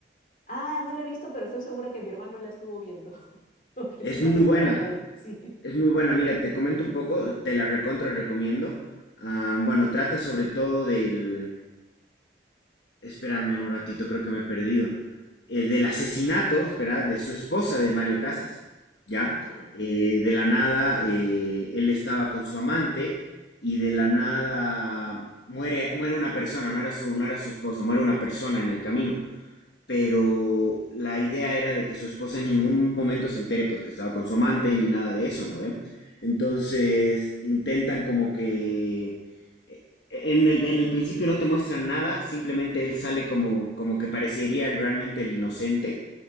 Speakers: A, on the left (about 45°); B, on the left (about 70°).
A: Ah, no la he visto, pero estoy segura que mi hermano la estuvo viendo. <laughs> Porque
B: Es
A: sí lo
B: muy
A: reconozco
B: buena,
A: a él. <laughs> Sí.
B: es muy buena. Mira, te comento un poco, te la recontra recomiendo. Ah, bueno, trata sobre todo del, Espérame un ratito, creo que me he perdido. El del asesinato, espera, de su esposa de Mario Casas, ¿ya?
A: Ah,
B: Eh, de la nada, eh, él estaba con su amante y de la nada muere, muere una persona, no era su, no era su esposa, muere una persona en el camino pero la idea era de que su esposa en ningún momento se entere, pues que estaba con su amante ni nada de eso, ¿no ve? Entonces intentan como que eh, en el, en el principio no te muestran nada, simplemente él sale como, como que parecería realmente el inocente